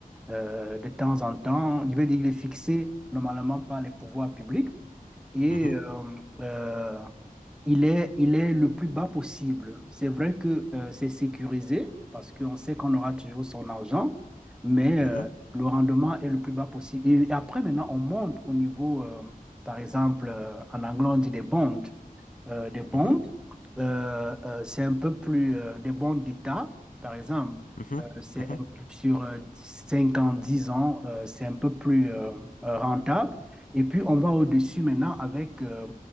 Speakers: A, in the centre; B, on the left (about 65°).
A: euh, de temps en temps. Il veut dire qu'il est fixé normalement par les pouvoirs publics et
B: Mhm,
A: euh, euh, il est, il est le plus bas possible. C'est vrai que euh, c'est sécurisé parce qu'on sait qu'on aura toujours son argent, mais
B: mhm,
A: euh, le rendement est le plus bas possible. Et après, maintenant, on monte au niveau, euh, par exemple, euh, en anglais, on dit des bonds euh, des bonds.
B: mhm,
A: Euh, euh, c'est un peu plus euh, des bons d'État, par exemple.
B: mhm, mhm,
A: Euh, c'est
B: mhm.
A: un- sur euh, 5 ans, 10 ans, euh, c'est un peu plus euh, euh, rentable. Et puis, on va au-dessus maintenant avec euh,